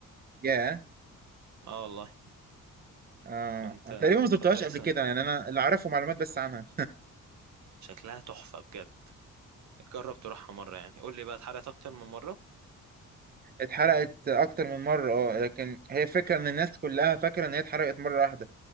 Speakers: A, on the right; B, on the right.
A: ياه
B: اه والله
A: آه
B: كنت
A: تقريبا ما زرتهاش
B: كنت لسه
A: قبل كده يعني أنا اللي أعرفه معلومات بس عنها
B: شكلها تحفه بجد جرب تروحها مره يعني قول لي بقى اتحرقت اكتر من مره
A: اتحرقت أكتر من مرة اه لكن هي فكرة إن الناس كلها فاكرة إن هي اتحرقت مرة واحدة